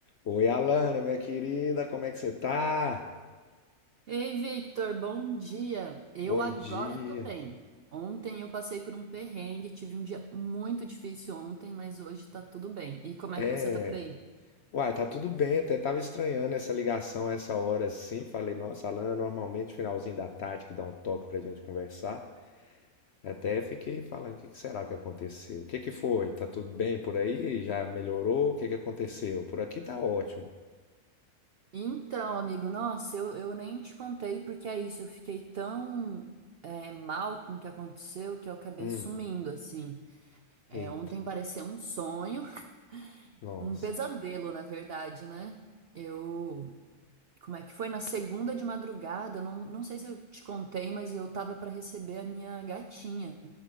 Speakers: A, on the left (about 65°); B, on the right (about 80°).
A: Oi, Alana, minha querida, como é que você tá?
B: Ei, Victor, bom dia. Eu
A: Bom
B: agora
A: dia.
B: tô bem. Ontem eu passei por um perrengue, tive um dia muito difícil ontem, mas hoje tá tudo bem. E como
A: É,
B: é que você tá por aí?
A: uai, tá tudo bem, até tava estranhando essa ligação essa hora assim. Falei, nossa, Alana, normalmente finalzinho da tarde que dá um toque pra gente conversar. Até fiquei falando, o que que será que aconteceu? O que que foi? Tá tudo bem por aí? Já melhorou? O que que aconteceu? Por aqui tá ótimo.
B: Então, amigo, nossa, eu, eu nem te contei porque é isso. Eu fiquei tão é, mal com o que aconteceu que eu acabei
A: Hum,
B: sumindo, assim. É,
A: eita,
B: ontem pareceu um sonho, <laughs>
A: nossa.
B: um pesadelo, na verdade, né? Eu Como é que foi? Na segunda de madrugada, não, não sei se eu te contei, mas eu tava para receber a minha gatinha,